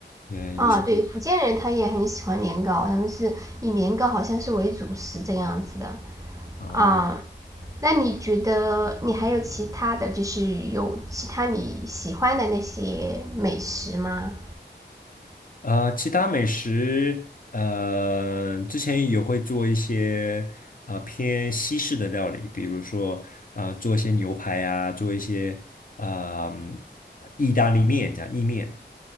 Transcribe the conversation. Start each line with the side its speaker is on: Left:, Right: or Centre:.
Left: 嗯，
Right: 啊，
Left: 也是，
Right: 对，福建人他也很喜欢年糕，他们是以年糕好像是为主食这样子的
Left: 哦，
Right: 啊。那你觉得你还有其他的就是有其他你喜欢的那些美食吗？
Left: 呃，其他美食，呃，之前也会做一些呃偏西式的料理，比如说呃做一些牛排啊，做一些啊呃嗯意大利面讲意面，